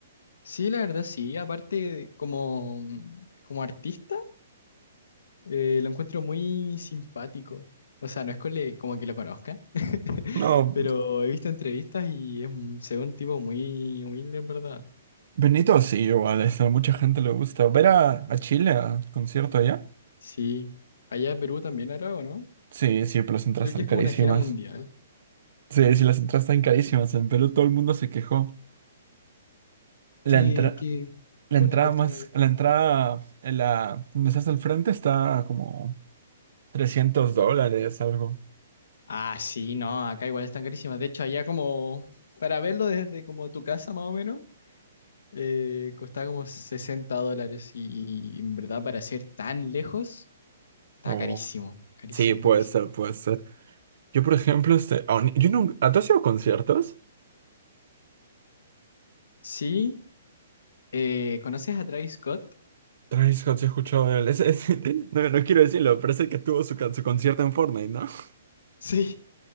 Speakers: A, on the left (about 75°); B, on the right (about 55°).
A: sí, la verdad sí. Aparte, como, como artista. Eh, lo encuentro muy simpático. O sea, no es cole- como que lo conozca, <laughs>
B: No,
A: pero he visto entrevistas y es, un- se ve un tipo muy humilde, en verdad.
B: Benito sí, igual, eso, a mucha gente le gusta. ¿Ver a, a Chile a concierto allá?
A: Sí. Allá en Perú también hará, ¿o no?
B: Sí, sí, pero las entradas
A: Creo
B: están
A: que es
B: carísimas.
A: como una gira mundial.
B: Sí, sí, las entradas están carísimas. En Perú todo el mundo se quejó. La
A: ¿Qué,
B: entra-
A: qué,
B: la
A: cuánto
B: entrada
A: cuestan
B: más,
A: allá?
B: la entrada, en la, donde estás al frente está a como 300 dólares, algo.
A: Ah, sí, no, acá igual están carísimas. De hecho, allá como, para verlo desde como tu casa más o menos, eh, costaba como 60 dólares y, en verdad para ser tan lejos, está
B: O,
A: carísimo, carísimo,
B: sí, puede
A: carísimo.
B: ser, puede ser. Yo, por ejemplo, este, a un- yo nunca, ¿a tú has ido a conciertos?
A: Sí, Eh, ¿conoces a Travis Scott?
B: Travis Scott, sí he escuchado de él. Ese- ese- <laughs> no, no quiero decirlo, pero es el que tuvo su, can- su concierto en Fortnite, ¿no? <laughs>
A: Sí,